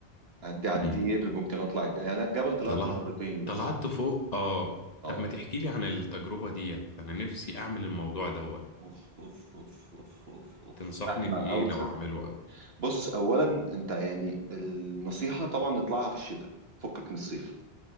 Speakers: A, on the right; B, on the left.
A: اعدي على
B: <laughs>
A: الدير ممكن اطلع الج... يعني أنا الجبل طلعته
B: طلعت
A: مرتين بس
B: طلعت فوق اه
A: اه
B: طب ما
A: يعني
B: تحكي لي عن التجربة ديت انا نفسي اعمل الموضوع دوت
A: اوف اوف اوف اوف اوف اوف
B: تنصحني
A: احنا
B: بايه
A: اوسط
B: لو اعمله او
A: بص اولا انت يعني النصيحه طبعا نطلعها في الشتاء فكك من الصيف